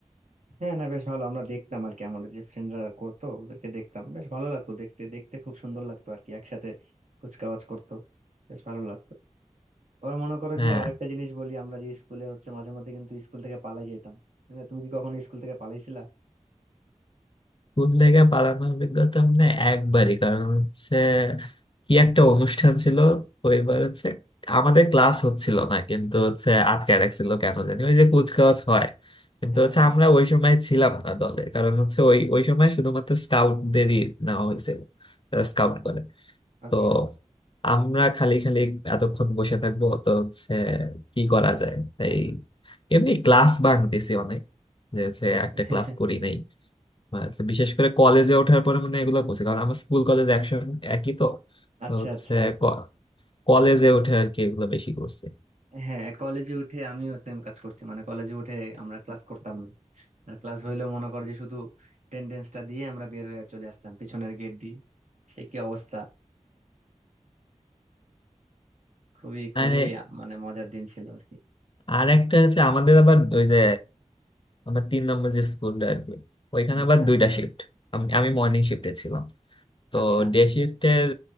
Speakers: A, on the right (about 75°); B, on the left (about 40°).
A: হ্যাঁ না বেশ ভালো আমরা দেখতাম আর কি আমাদের যে ফ্রেন্ডরা করতো ওদেরকে দেখতাম বেশ ভালো লাগতো দেখতে দেখতে খুব সুন্দর লাগতো আর কি একসাথে কুচকাওয়াজ করতো বেশ ভালো লাগতো আবার মনে করো
B: হ্যাঁ
A: যে আরেকটা জিনিস বলি আমরা যে স্কুলে হচ্ছে মাঝে মধ্যে কিন্তু স্কুল থেকে পালাই যেতাম মানে তুমি কি কখনো স্কুল থেকে পালাইছিলা
B: স্কুল থেকে পালানোর অভিজ্ঞতা মানে একবারই কারণ হচ্ছে কি একটা অনুষ্ঠান ছিল ওইবার হচ্ছে আমাদের ক্লাস হচ্ছিল না কিন্তু হচ্ছে আটকে রাখছিল কেন জানি ওই যে কুচকাওয়াজ হয় কিন্তু
A: হ্যাঁ
B: হচ্ছে
A: হ্যাঁ
B: আমরা ওই সময় ছিলাম না দলে কারণ হচ্ছে ওই ওই সময় শুধুমাত্র স্কাউটদেরই নেওয়া হয়েছিল স্কাউট করে
A: আচ্ছা
B: তো আমরা খালি খালি এতক্ষণ বসে থাকবো তো হচ্ছে কি করা যায় তাই এমনি ক্লাস বাঙ্ক দিছি অনেক যে হচ্ছে একটা
A: <laughs>
B: ক্লাস করি নাই বা হচ্ছে বিশেষ করে কলেজে ওঠার পরে মানে এগুলো করছি কারণ আমার স্কুল কলেজ একসঙ্গে একই তো
A: আচ্ছা
B: তো হচ্ছে
A: আচ্ছা
B: ক- কলেজে উঠে আর কি এগুলো বেশি করছি
A: হ্যাঁ কলেজে উঠে আমিও সেম কাজ করছি মানে কলেজে উঠে আমরা ক্লাস করতাম না আর ক্লাস হইলেও মনে কর যে শুধু টেন্ডেন্সটা দিয়ে আমরা বের হয়ে চলে আসতাম পিছনের গেট দিয়ে সে কি অবস্থা খুবই খুবই
B: আর
A: মানে মজার দিন ছিল আর কি
B: আর একটা হচ্ছে আমাদের আবার ওই যে আমার তিন নম্বর যে স্কুলটা আর কি ওইখানে
A: আচ্ছা
B: আবার দুইটা শিফট আমি আমি মর্নিং শিফটে ছিলাম তো
A: আচ্ছা
B: ডে শিফটের